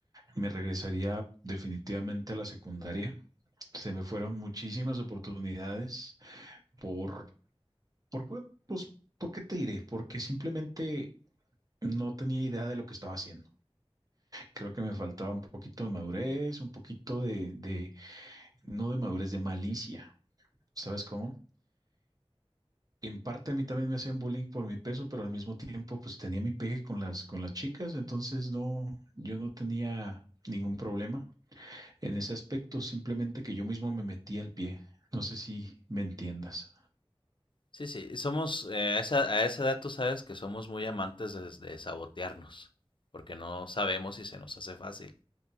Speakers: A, on the right (about 35°); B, on the left (about 55°).
A: me regresaría definitivamente a la secundaria. Se me fueron muchísimas oportunidades por, por, cu- pues, ¿por qué te diré? Porque simplemente no tenía idea de lo que estaba haciendo. Creo que me faltaba un poquito de madurez, un poquito de, de, no de madurez, de malicia. ¿Sabes cómo? En parte a mí también me hacían bullying por mi peso, pero al mismo tiempo pues tenía mi pegue con las con las chicas, entonces no, yo no tenía ningún problema en ese aspecto, simplemente que yo mismo me metía el pie. No sé si me entiendas.
B: Sí, sí, somos, eh, a esa, a esa edad tú sabes que somos muy amantes de, de sabotearnos, porque no sabemos si se nos hace fácil.